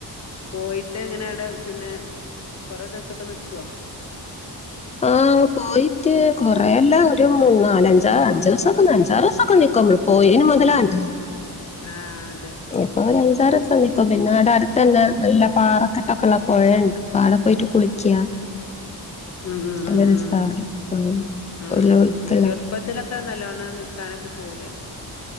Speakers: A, on the left (about 40°); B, on the left (about 20°).
A: പോയിട്ട് എങ്ങനെടെ പിന്നെ കൊറെേ ദിവസൊക്കെ നക്കുവോ
B: ആഹ പോയിട്ട് കൊറേല്ല ഒരു മൂന്ന നാലഞ്ച അഞ്ചു ദിവസൊക്കെ അഞ്ചാറ് ദിവസൊക്കെ നക്കൾ പോയി എ മുതലാണ്ട
A: ആഹ
B: എപ്പോ ആ സമിക്കും പിന്നെ ആടെ അടുത്ത് തന്നെ നല്ല പാറക്കെട്ടൊക്കെ ഉള്ള പുഴയുണ്ട് അപ്പ അവിടെ പോയിട്ട് കുളിക്കുക
A: ഉം ഉം
B: നല്ല
A: ഉം
B: രസാ
A: ഉം
B: അവിടെ. ഉം.
A: ഉം
B: ഉള്ള ഒഴുക്കുള്ള
A: ഉ ഉ സ്ൾപത്തില്ല നല്ലോണ്ണം നിക്കാനൊക്കെ പോകൂലേ